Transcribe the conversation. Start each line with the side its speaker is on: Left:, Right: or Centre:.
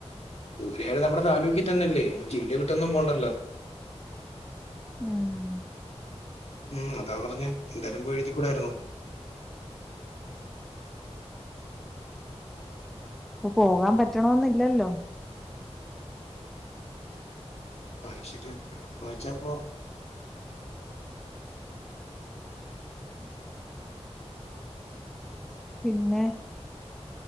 Left: <unintelligible> നമ്മുടെ താലൂക്കിൽ തന്നെയല്ലേ ജില്ല വീട്ടൊന്നും പോണ്ടല്ലോ
Centre: ഉം
Left: ഉം അതാ പറഞ്ഞെ എന്തായാലും പോയി എഴുതി കൂടായിരുന്നോ
Centre: ഇപ്പൊ പോകാൻ പറ്റ് കിട്ടണന്നില്ലല്ലോ
Left: ആ ശരിയാ വായിച്ചപ്പോ
Centre: <unintelligible> പിന്നെ